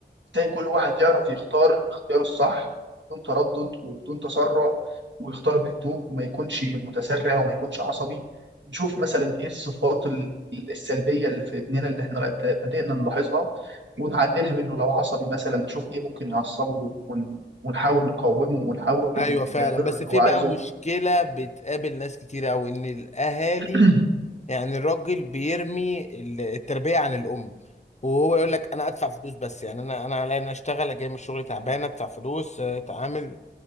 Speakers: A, on the right; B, on the left.
A: تلاقي كل واحد يعرف يختار اختياره الصح بدون تردد وبدون تسرع ويختار بهدوء وما يكونش متسرع وما يكونش عصبي نشوف مثلا ايه الصفات ال- السلبية اللي في ابننا اللي احنا بد- بدأنا نلاحظها ونعدلها منه لو عصبي مثلا نشوف ايه ممكن يعصبه ون- ونحاول نقاومه ونحاول
B: ايوه فعلا
A: نعمله
B: بس
A: اللي
B: في
A: هو عايزه
B: بقى مشكله بتقابل ناس كتير او ان الاهالي
A: <clears throat>
B: يعني الراجل بيرمي ال- التربية عن الأم وهو يقول لك أنا أدفع فلوس بس يعني أنا أنا عليا أنا أشتغل أجي من الشغل تعبان أدفع فلوس آه، أتعامل